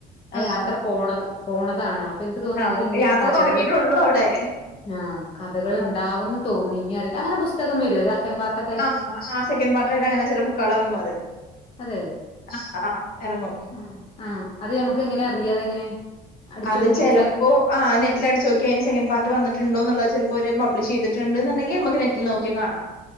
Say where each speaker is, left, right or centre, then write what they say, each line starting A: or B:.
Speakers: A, on the left; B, on the left.
A: ആ
B: ആഹ്
A: യാത്ര പോണത് പോണതാണ് അപ്പം എനിക്ക് തോന്ന്ന്നത്
B: ആ
A: അതില്
B: അപ്പൊ
A: ഇന്നിയും
B: യാത്ര
A: കഥകള്
B: തുടങ്ങിയിട്ടുള്ളൂ അവിടെ
A: ആഹ് കഥകള്
B: ആഹ്
A: ഇണ്ടാവൂന്ന് തോന്നി ഇനി അറിയൂല അങ്ങന പുസ്തകം വരുവേ സെക്കൻഡ് പാർട്ടൊ
B: ആഹ് ആഹ് സെക്കൻഡ് പാർട്ടായിട്ട് അങ്ങനെ ചെല ബുക്കുകള് എറങ്ങും അതേ
A: അതെ
B: ആഹ് ആഹ് എറങ്ങും
A: ആഹ് ആഹ് അത് ഞമ്മക്ക് എങ്ങനെ അറിയാം അതെങ്ങനെ അടിച്ചോ
B: അത് ചെലപ്പോ
A: നെറ്റില
B: ആഹ് നെറ്റിലടിച്ച് നോക്കിയാ അയിന് സെക്കൻഡ് പാർട്ട് വന്നിട്ടുണ്ടോ എന്നുള്ളത് ചെലപ്പോ ഓരു പബ്ലിഷ് ചെയ്തിട്ട് ഇണ്ട് എന്നുണ്ടെങ്കി നമ്മക്ക് നെ റ്റിൽ നോക്കിയാ കാണാം